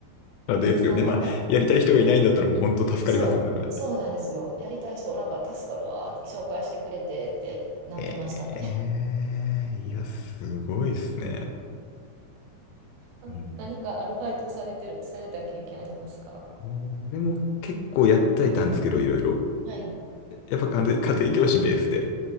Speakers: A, on the left; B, on the right.
A: まあですよね。
B: こんな、あんまり、
A: まあ、やりたい人がいないんだったらもう本当助かりますよね、
B: はい、そう、
A: それ。
B: そうなんですよ。やりたい人おらんから助かるわーって紹介してくれてってなってましたね。
A: ええ、いや、すごいっすね。
B: あ、
A: うん。
B: 何かアルバイトされてる、された経験ありますか
A: 俺も結構やってはいたんですけど、いろいろ。
B: はい。
A: やっぱ家庭家庭教師ベースで、